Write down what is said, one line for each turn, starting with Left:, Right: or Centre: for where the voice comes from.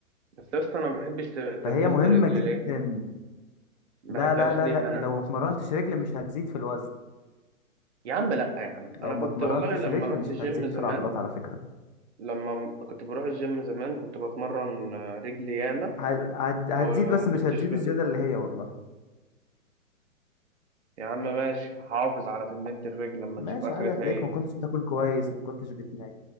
Right: بس يا اسطى انا ما بحبش ت- تمرينة
Left: فهي مهمة
Right: الرجل
Left: جدا
Right: ليه ما
Left: لا
Right: بحبهاش
Left: لا لا
Right: ليه
Left: لا
Right: انا
Left: لو ما اتمرنتش رجل مش هتزيد في الوزن
Right: يا عم لا يا عم
Left: لو
Right: انا
Left: ما
Right: كنت
Left: اتمرنتش
Right: والله لما
Left: رجل
Right: رحت
Left: مش
Right: الجيم
Left: هتزيد
Right: زمان
Left: في العضلات على فكرة
Right: لما م- كنت بروح الجيم زمان كنت بتمرن آه، رجلي ياما
Left: ه- هت...
Right: وما
Left: هتزيد بس
Right: كنتش
Left: مش هتزيد
Right: بزيد
Left: الزيادة اللي هي والله
Right: يا عم ماشي هحافظ على تمرينة الرجل لما
Left: ماشي
Right: نشوف اخرتها
Left: عادي هتلاقيك
Right: ايه
Left: ما كنتش بتاكل كويس ما كنتش بتنام